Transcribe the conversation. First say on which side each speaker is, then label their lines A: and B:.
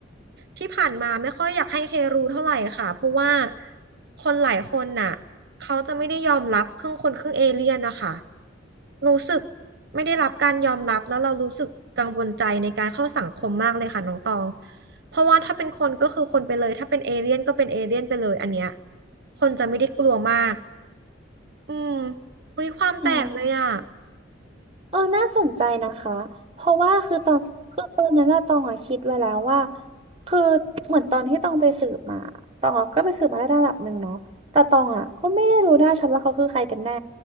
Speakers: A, on the right; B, on the right.
A: ที่ผ่านมาไม่ค่อยอยากให้เครู้เท่าไหร่ค่ะเพราะว่าคนหลายคนน่ะเขาจะไม่ได้ยอมรับครึ่งคนครึ่งเอเลี่ยนนะคะรู้สึกไม่ได้รับการยอมรับแล้วเรารู้สึกกังวลใจในการเข้าสังคมมากเลยค่ะน้องตองเพราะว่าถ้าเป็นคนก็คือคนไปเลยถ้าเป็นเอเลี่ยนก็เป็นเอเลี่ยนไปเลยอันเนี้ยคนจะไม่ได้กลัวมากอืมอุ้ยความแตกเลยอ่ะ
B: อืม เออน่าสนใจนะคะ เพราะว่าคือตอนคือตอนนั้นอะตองอะคิดไว้แล้วว่าคือเหมือนตอนที่ตองไปสืบมาตองอะก็ไปสืบมาได้ระดับหนึ่งเนาะแต่ตองอะก็ไม่ได้รู้ได้ชัดว่าเขาคือใครกันแน่